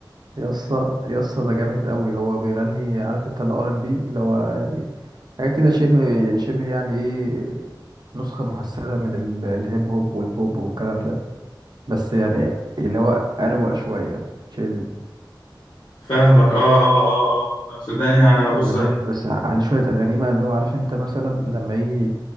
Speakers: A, on the right; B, on the left.
A: يسا يسا ده جامد قوي هو بيغني عارف انت الار ام بي اللي هو يعني حاجه كده شبه شبه يعني ايه نسخه محسنه من ال- الهيب هوب والبوب والكلام ده بس يعني اللي هو اروق شويه تشيل
B: فاهمك اه اه اه اه آه، صدقني هبص
A: أغنية بس عليه شوية أغاني بقى اللي هو عارف أنت مثلا لما يجي